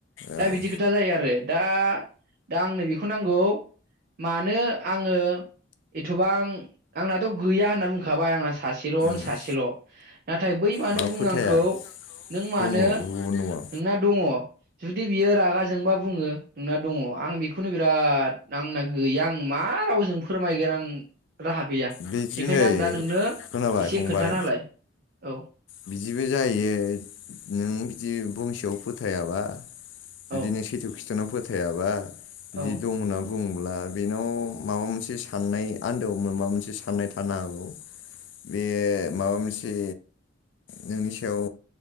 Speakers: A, on the left (about 70°); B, on the right (about 50°).
A: उम
B: दा बिदि खोथा जायो आरो। दा दा आंनो बेखौ नांगौ मानो आङो थबां आंनाथ गैया होनना बुंखाबाय आंना सासेलन
A: औ
B: सासेल'
A: उम
B: नाथाय बै मानो
A: बा
B: बुङो
A: फोथाया
B: आंखौ नों मानो
A: दङ गुबुनाव औ
B: नोंना दङ। जुदि बियो रागा जोंबा बुङो नोंना दङ। आं बेखौनो बिराद आंना गैया आं मा रावजों फोरमायगोन आं राहा गैया
A: बि दिनै
B: बेखायनो आं दा नोंनो
A: खोनाबाय
B: एसे
A: फंबाय
B: खोन्थाना होलाय औ
A: बिदिबो जाहैयो नों बिदि बुंंसेयाव फोथ थाया बा
B: औ
A: बिदिनो सैथो खिनथानायाव फो फोथायाबा बिदि
B: औ
A: दं नाम बुंब्ला बेनाव माबा मोनसे साननाय आन्दोआव माबा मोनसे साननाय थानो हागौ बे माबा मोनसे नोंनि सायाव